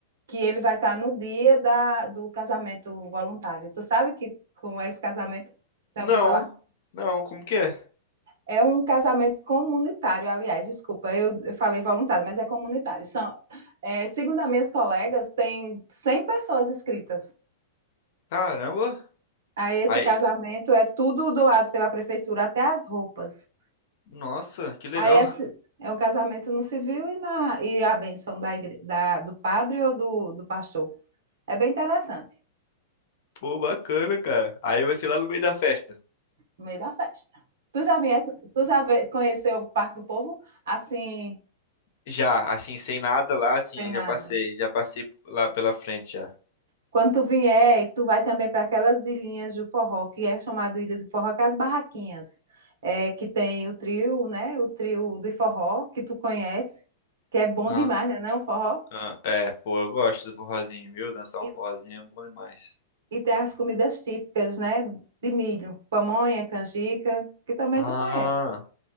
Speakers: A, on the right; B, on the left.
A: que ele vai estar no dia da, do casamento voluntário. Tu sabe que como é esse casamento?
B: não.
A: Já ouviu falar?
B: Não, como que é?
A: É um casamento comunitário, aliás, desculpa, eu, eu falei voluntário, mas é comunitário. São, é, segundo as minhas colegas, tem 100 pessoas inscritas.
B: Caramba.
A: Aí esse
B: Aí,
A: casamento é tudo doado pela prefeitura, até as roupas.
B: nossa, que legal.
A: Aí esse
B: <laughs>
A: é um casamento no civil e, na, e a bênção da, igre- da- do padre ou do, do pastor. É bem interessante,
B: Pô, bacana, cara. Aí vai ser lá no meio da festa.
A: no meio da festa. Tu já, vier, tu já ve- conheceu o Parque do Povo? Assim,
B: Já, assim, sem nada lá, assim,
A: tem nada.
B: já passei, já passei lá pela frente já.
A: Quando tu vier, tu vai também para aquelas ilhinhas do forró, que é chamado Ilha do Forró, que é as barraquinhas, é, que tem o trio, né? O trio de forró, que tu conhece, que é bom
B: Ah,
A: demais, né? Não, forró?
B: ah, é, pô, eu gosto do forrozinho, viu? Dançar
A: E,
B: um forrozinho é bom demais.
A: e tem as comidas típicas, né? De milho, pamonha, canjica, que também
B: Ah.
A: tu conhece.